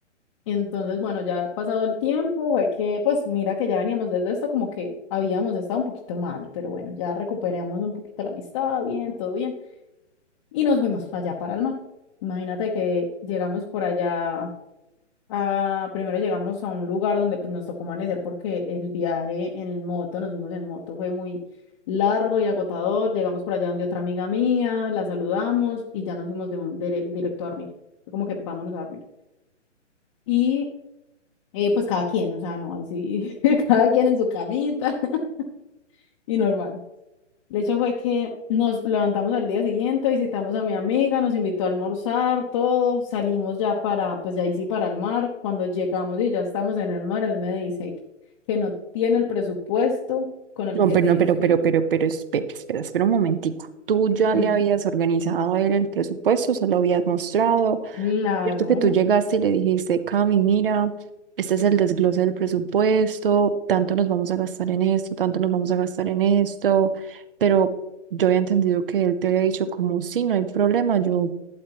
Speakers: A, on the left; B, on the right.
A: Entonces, bueno, ya pasado el tiempo, fue que, pues mira que ya veníamos desde esto, como que habíamos estado un poquito mal, pero bueno, ya recuperamos un poquito la amistad, bien, todo bien, y nos fuimos para allá, para el mar. Imagínate que llegamos por allá, a, primero llegamos a un lugar donde pues nos tocó amanecer porque el viaje en moto, nos fuimos en moto, fue muy largo y agotador. Llegamos por allá donde otra amiga mía, la saludamos y ya nos fuimos de un, dire- directo a dormir. Fue como que vámonos a dormir. Y eh, pues cada quien, o sea, no, ahí sí, <laughs> cada quien en su camita <laughs> y normal. El hecho fue que nos levantamos al día siguiente, visitamos a mi amiga, nos invitó a almorzar, todo, salimos ya para, pues ya ahí sí para el mar. Cuando llegamos y ya estamos en el mar, él me dice que no tiene el presupuesto con el
B: No,
A: que
B: pero
A: teníamos
B: no, pero,
A: que
B: pero,
A: ir.
B: pero, pero, espera, espera, espera un momentico. ¿Tú ya
A: Ujú.
B: le habías organizado a él el presupuesto? ¿Se lo habías mostrado?
A: Claro,
B: Cierto que tú llegaste y le dijiste, Cami, mira, este es el desglose del presupuesto, tanto nos vamos a gastar en esto, tanto nos vamos a gastar en esto, pero yo había entendido que él te había dicho como, sí, no hay problema, yo,